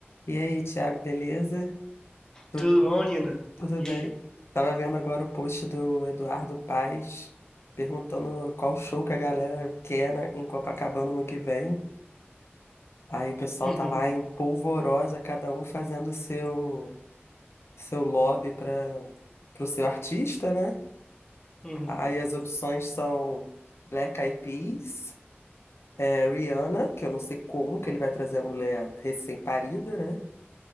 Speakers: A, on the left; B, on the left.
A: E aí, Thiago, beleza? Tu-
B: Tudo bom, Nina?
A: tudo
B: E
A: bem?
B: aí?
A: Tava vendo agora o post do Eduardo Paes perguntando qual show que a galera quer na- em Copacabana no que vem. Aí o pessoal
B: Uhum,
A: tá lá em polvorosa, cada um fazendo seu seu lobby para pro seu artista, né?
B: uhum.
A: Aí as opções são Black Eyed Peas, é, Rihanna, que eu não sei como que ele vai trazer a mulher recém-parida, né?